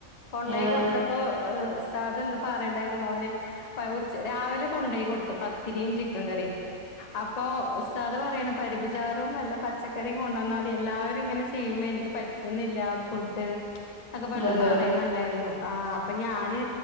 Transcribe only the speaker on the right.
ആഹ്
അതെ
അതെ